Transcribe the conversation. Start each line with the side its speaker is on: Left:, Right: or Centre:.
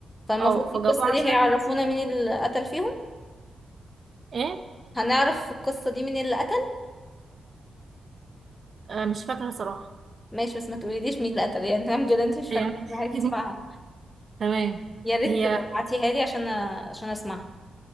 Left: فالمفروض
Right: أه
Left: في
Right: فجابوه
Left: القصة
Right: عشان
Left: دي هيعرفونا مين اللي قتل فيهم
Right: إيه
Left: هنعرف في القصة دي مين اللي قتل
Right: أه مش فاكرة صراحة
Left: ماشي بس ما تقوليليش مين اللي قتل يعني الحمد لله انت مش
Right: يعني-
Left: فاكرة عايزة
Right: <laughs>
Left: اسمعها
Right: تمام
Left: يا ريت
Right: هي
Left: تبعتيها لي عشان عشان اسمعها